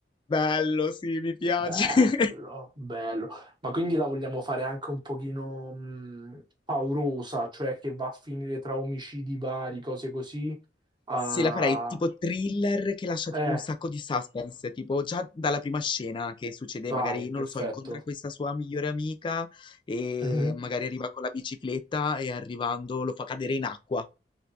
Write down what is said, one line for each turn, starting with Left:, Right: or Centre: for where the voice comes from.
Left: Bello, sì, mi piace.
Right: Bello,
Left: <laughs>
Right: bello. Ma quindi la vogliamo fare anche un pochino mh, paurosa, cioè che va a finire tra omicidi vari, cose così. Ah,
Left: Sì, la farei tipo thriller che lascia tipo
Right: eh,
Left: un sacco di suspense, tipo già dalla prima scena che succede,
Right: vai,
Left: magari,
Right: perfetto.
Left: non lo so, incontra questa sua migliore amica e
Right: Mhm,
Left: magari arriva con la bicicletta e arrivando lo fa cadere in acqua.